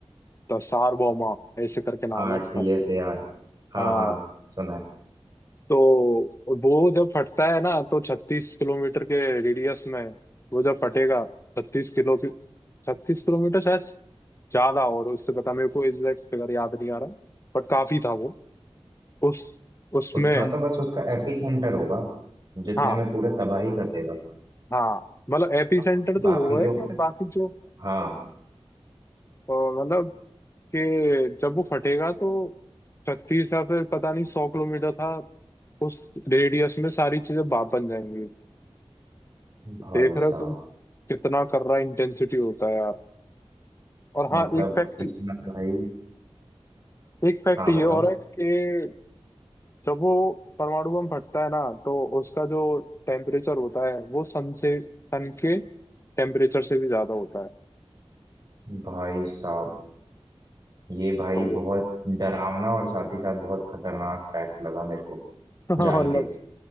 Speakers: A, on the left; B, on the right.
A: दसार बोमा ऐसे करके नाम
B: हाँ
A: है
B: टी
A: उसका
B: एस ए आर हाँ
A: हाँ
B: हाँ सुना है
A: तो वो जब फटता है ना तो छत्तीस किलोमीटर के रेडियस में वो जब फटेगा छत्तीस किलो की छत्तीस किलोमीटर शायद ज्यादा और उससे पता मेरे को एग्जैक्ट फिगर याद नहीं आ रहा बट काफी था वो उस उसमें
B: उतना तो बस उसका एपी सेंटर होगा जितने
A: हाँ
B: में पूरा तबाही कर देगा
A: हाँ मतलब एपी सेंटर
B: हाँ
A: तो
B: बाकी
A: हुआ
B: जो
A: है और बाकी जो
B: हाँ
A: अ, मतलब कि जब वो फटेगा तो छत्तीस या फिर पता नहीं सौ किलोमीटर था उस रेडियस में सारी चीजें बाप बन जाएंगी देख
B: भाई
A: रहे
B: साहब
A: हो तुम कितना कर रहा इंटेंसिटी होता है यार और
B: मतलब
A: हाँ एक फैक्ट
B: इतना भाई
A: एक फैक्ट
B: हाँ
A: ये
B: बताओ
A: और है कि जब वो परमाणु बम फटता है ना तो उसका जो टेम्परेचर होता है वो सन से सन के टेम्परेचर से भी ज्यादा होता है
B: भाई साहब ये भाई
A: तो
B: बहुत डरावना और साथ ही साथ बहुत खतरनाक फैक्ट लगा मेरे को
A: <laughs> मतलब
B: जान के